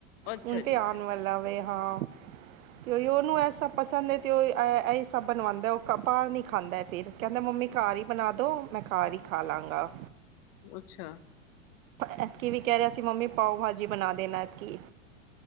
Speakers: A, on the left; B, on the right.
A: ਅੱਛਾ
B: ਹੁਣ ਤਾਂ
A: ਜੀ
B: ਆਂਣ ਵਾਲਾ ਵ ਹਾਂ, ਤੇ ਉਈ ਉਹਨੂੰ ਐ ਸਭ ਪਸੰਦ ਹੈ ਅਤੇ ਔਹ ਇਹ ਸਭ ਬਣਵਾਉਂਦਾ ਉਹ ਬਾਹਰ ਨਹੀਂ ਖਾਂਦਾ ਫਿਰ ਕਹਿੰਦਾ ਮੰਮੀ ਘਰ ਹੀ ਬਣਾ ਦਿਉ। ਮੈਂ ਘਾਰਹ ਹੀ ਖਾ ਲਾਂਗਾ।
A: ਅੱਛਾ।
B: ਐਤਕੀ ਵੀ ਕੈਰਿਹਾ ਸੀ ਮੰਮੀ ਪਾਓ ਭਾਜੀ ਬਣਾ ਦੇਣਾ ਐਤਕੀ।